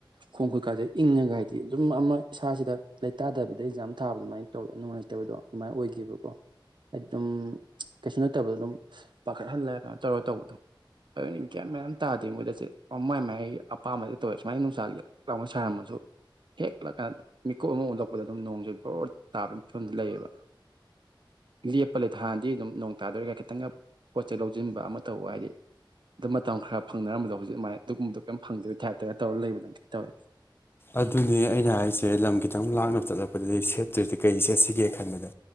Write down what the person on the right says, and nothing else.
ꯈꯣꯡ ꯈꯨꯠꯀꯥꯁꯦ ꯏꯪꯉꯒ ꯍꯥꯏꯗꯤ ꯑꯗꯨꯝ ꯑꯃ ꯏꯁꯥꯁꯤꯗ ꯂꯩꯇꯥꯗꯕꯤꯗ ꯑꯦꯛꯖꯥꯝ ꯊꯥꯕ ꯑꯗꯨꯃꯥꯏꯅ ꯇꯧꯋꯦ ꯅꯨꯡꯉꯥꯏꯇꯕꯗꯣ ꯑꯗꯨꯃꯥꯏ ꯑꯣꯏꯈꯤꯕꯀꯣ ꯑꯩ ꯑꯗꯨꯝ ꯀꯩꯁꯨ ꯅꯠꯇꯕꯗ ꯑꯗꯨꯝ ꯄꯥꯈꯠꯍꯜꯂ ꯀꯥꯏ ꯇꯧꯔ ꯇꯧꯕꯗꯣ ꯑꯗꯨꯅꯤ ꯒꯌ꯭ꯥꯟ ꯃꯌꯥꯝ ꯇꯥꯗꯦ ꯃꯣꯏꯗꯁꯦ ꯃꯥꯏ ꯃꯥꯏ ꯑꯄꯥꯝꯕꯗ ꯇꯧꯋꯦ ꯁꯨꯃꯥꯏꯅ ꯅꯨꯡꯁꯥꯒꯤ ꯂꯥꯎꯅ ꯁꯥꯔꯝꯃꯁꯨ ꯍꯦꯛꯂꯛꯀꯥꯟꯗ ꯃꯤꯀꯨꯞ ꯑꯃ ꯑꯣꯟꯜꯂꯛꯄꯗ ꯑꯗꯨꯝ ꯅꯣꯡꯁꯨꯦ ꯕꯣꯔ ꯇꯥꯕꯒꯤ ꯐꯤꯕꯝꯗ ꯂꯩꯌꯦꯕ ꯂꯦꯞꯄ ꯂꯩ ꯍꯥꯟꯅꯗꯤ ꯑꯗꯨꯝ ꯅꯣꯡ ꯇꯥꯗꯣꯔꯦꯒ ꯈꯤꯇꯪꯒ ꯄꯣꯠ ꯆꯩꯩ ꯂꯧꯖꯤꯟꯕ ꯑꯃ ꯇꯧꯕ ꯍꯥꯏꯗꯤ ꯑꯗꯨ ꯃꯇꯝ ꯈ꯭ꯔ ꯐꯪꯅꯔꯝꯕꯗꯣ ꯍꯧꯖꯤꯛ ꯃꯥꯏ ꯑꯗꯨꯒꯨꯝꯕꯗꯣ ꯀꯩꯝ ꯐꯪꯗꯕꯩ ꯇꯥꯏꯞꯇꯒ ꯇꯧꯔꯒ ꯂꯩꯕꯅ ꯇꯧꯋꯦ